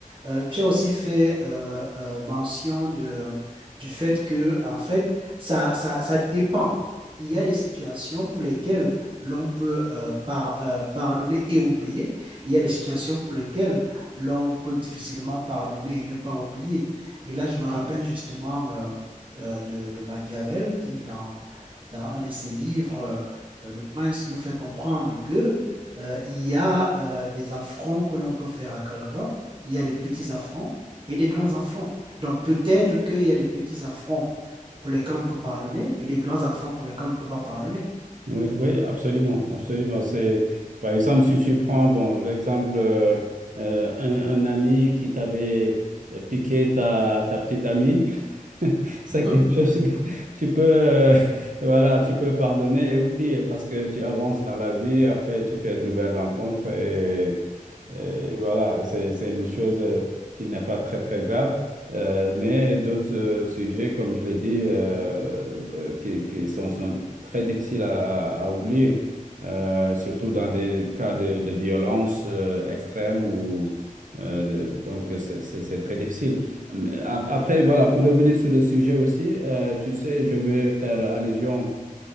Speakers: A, on the right; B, on the right.
A: Euh, tu as aussi fait euh, euh, mention de, du fait que, en fait, ça, ça, ça dépend. Il y a des situations pour lesquelles l'on peut euh, par- euh, pardonner et oublier. Il y a des situations pour lesquelles l'on peut difficilement pardonner et ne pas oublier. Et là, je me rappelle justement euh, euh, de, de Machiavel qui, dans, dans un de ses livres, euh, euh, Le Prince nous fait comprendre que euh, il y a euh, des affronts que l'on peut faire à quelqu'un il y a des petits affronts et des grands affronts. Donc peut-être qu'il y a des petits affronts pour lesquels on peut pardonner et des grands affronts pour lesquels on ne peut pas pardonner.
B: Oui, oui, absolument, absolument. C'est, par exemple, si tu prends, bon, l'exemple, euh, euh, un, un ami qui t'avait euh, piqué ta, ta petite amie, <laughs> c'est
A: <laughs>
B: quelque chose que tu peux, euh, <laughs> voilà, tu peux pardonner et oublier parce que tu avances dans la vie, après tu fais de nouvelles rencontres et. Euh, voilà, c'est, c'est une chose euh, qui n'est pas très, très grave. Euh, mais d'autres euh, sujets, comme je l'ai dit, euh, euh, qui, qui sont, sont très difficiles à, à oublier, euh, surtout dans des cas de, de violence euh, extrême ou euh, de- donc c'est c'est- c'est très difficile. Mais ap- Après, voilà, pour revenir sur le sujet aussi, euh, tu sais, je vais faire allusion